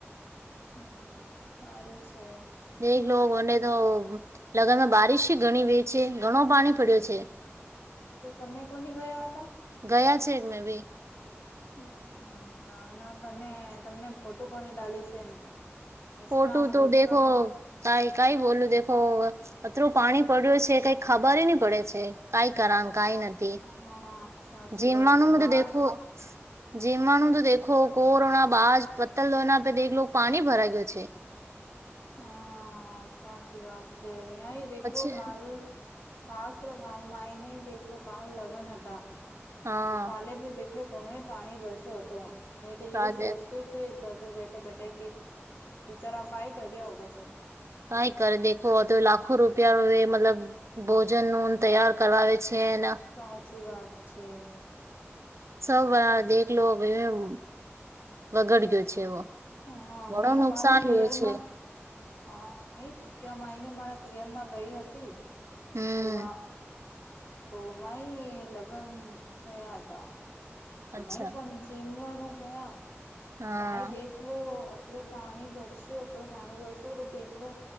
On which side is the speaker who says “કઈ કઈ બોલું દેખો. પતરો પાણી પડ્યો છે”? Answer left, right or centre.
Right